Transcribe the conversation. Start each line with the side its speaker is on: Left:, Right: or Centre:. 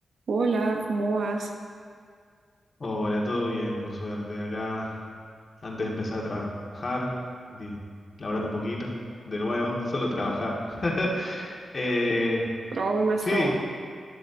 Right: Hola, ¿cómo vas?
Left: Hola, todo bien, por suerte. Acá, antes de empezar a trabajar, estoy laburando un poquito, de nuevo, solo trabajar. <laughs> Eh,
Right: Trabajo y más
Left: sí,
Right: trabajo.